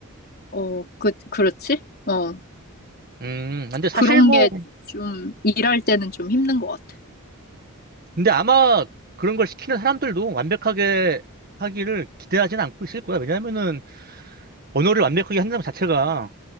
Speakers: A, on the left; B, on the right.
A: 어, 그, 그렇지? 어,
B: 음, 음. 근데 사실
A: 그런
B: 뭐,
A: 게 좀 일할 때는 좀 힘든 것 같아.
B: 근데 아마 그런 걸 시키는 사람들도 완벽하게 하기를 기대하진 않고 있을 거야. 왜냐면은, 언어를 완벽하게 한다는 자체가